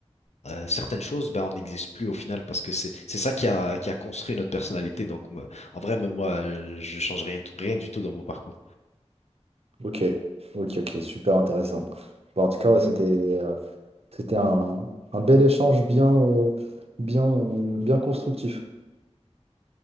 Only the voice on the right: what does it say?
Ok, ok, ok, super intéressant. Bon, en tout cas, ouais, c'était euh, c'était un, un bel échange bien, euh, bien, euh, bien constructif.